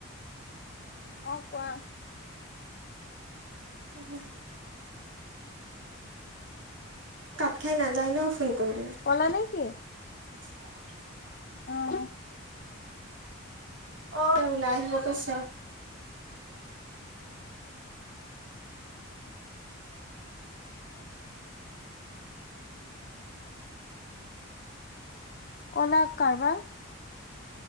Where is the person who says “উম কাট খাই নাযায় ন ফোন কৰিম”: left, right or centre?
Right